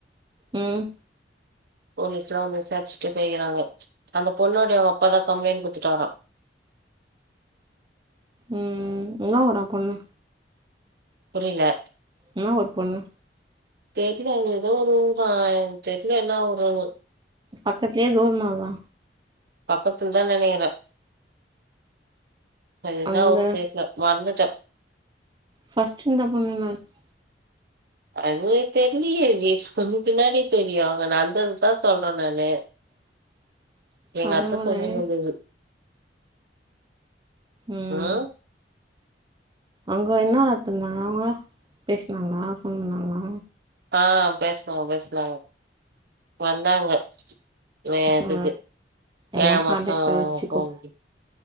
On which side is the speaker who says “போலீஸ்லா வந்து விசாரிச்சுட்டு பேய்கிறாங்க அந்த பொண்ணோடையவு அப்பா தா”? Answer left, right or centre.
Right